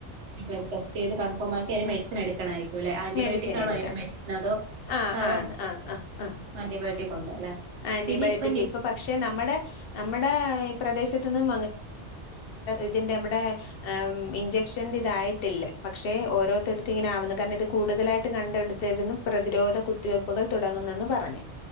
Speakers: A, on the right; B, on the left.
A: ബ്ലഡ് ടെസ്റ്റ് ചെയ്ത് കൺഫോം ആക്കി മെഡിസിൻ എടുക്കണായിരിക്കും അല്ലെ ആന്റിബയോട്ടിക്
B: മെഡിസിൻ
A: ആണോ
B: എടുക്കണം
A: അതിന് മെഡിസിൻ അതോ
B: ആഹ്
A: സാധാ
B: ആന്ന് ആഹ് ആഹ്
A: ആന്റിബയോട്ടിക് ഉണ്ടല്ലേ
B: ആന്റിബയോട്ടിക്
A: പിന്നെ നിപ
B: ഇപ്പൊ പക്ഷെ നമ്മുടെ നമ്മുടെ പ്രദേശത്തൊന്നും ഇതിന്റെ നമ്മുടെ ഇഞ്ചക്ഷന്റെ ഇതായിട്ടില്ല പക്ഷെ ഓരോത്തടുത്ത് ഇങ്ങനെ ആകുന്നു കാരണം ഇത് കൂടുതലായിട്ട് കണ്ടെടുത്തിരുന്നു പ്രതിരോധ കുത്തിവെപ്പുകൾ തുടങ്ങുന്നെന്നു പറഞ്ഞു